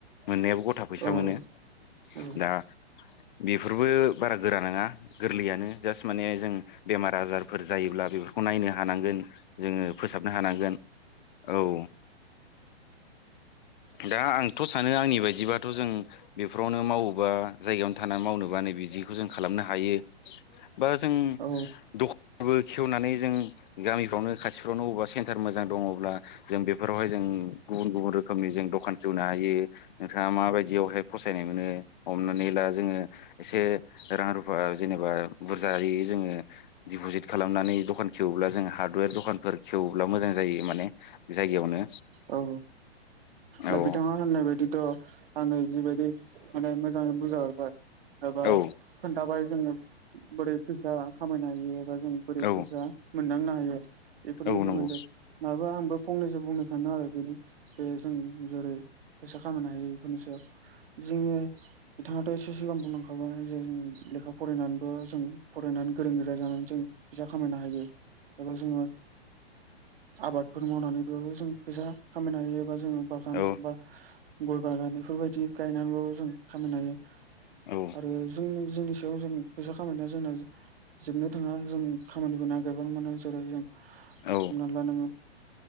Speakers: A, on the left (about 45°); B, on the right (about 60°).
A: मोननायाबो गथा फैसा
B: औ
A: मोनो
B: औ
A: दा बेफोरबो बारा गोरा नङा गोरलैयानो जास्ट माने जों बेमार आजार फोर जायोब्ला बेफोरखौ नायनो हानांगोन जोङो फोसाबनो हानांगोन औ <inaudible> दा आंथ' सानो आंनि बायदिबाथ' जों बेफोरावनो मावोबा जायगायावनो थानानै मावनो बिदिखौ जों खालामनो हायो बा जों
B: औ
A: द खानबो खेवनानै जों गामिफ्रावनो खाथिफ्रावनो अबेबा सेन्टार मोजां दङ'ब्ला जों बेफोरावहाय जों गुबुन गुबुन रोखोमनि जों दखान खेवनो हायो। नोंथाङा माबायदियावहाय फसायनाय मोनो हमनानै ला जोङो एसे रां रुफा जेनेबा बुरजायै जोङो दिपुजिड खालामनानै दखान खेवोब्ला जोङो हादवेर दखानफोर खेवोब्ला मोजां जायो माने जायगायावनो
B: औ
A: औ
B: दा बिथाङा होननाय बायदिथ' आंनो जिबायदि माने मोजाङै बुजायहरबाय एबा
A: औ
B: खोन्थाबाय जोङो बोरै फैसा खामायनो हायो जों बोरै
A: औ
B: फैसा मोनदांनो हायो बेफोरनि
A: औ
B: सोमोन्दै
A: नंगौ
B: दा आंबो फंनैसो बुंनो सानो आरो बेनि बे जों जेरै फैसा खामायनो हायो बेफोरनि सायाव जोङो बिथाङाथ' एसे सिगां बुंलांखाबाय जे जों लेखा फरायनानैबो जों फरायनानै गोरों गोरा जानानै जों फैसा खामायनो हायो। एबा जोङो आबादफोर मावनानैबो जों फैसा खामायनो हायो एबा जोङो बागान
A: औ
B: बा गय बागान बेफोरबायदि गायनानैबो जों खामायनो हायो
A: औ
B: आरो जोंनि जोंनि सायाव जों फैसा खामायनाया जोंना जोबनो थाङा जों खामानिखौ नागिरबानो मोनो जेरै जों
A: औ
B: हमना ला नोङो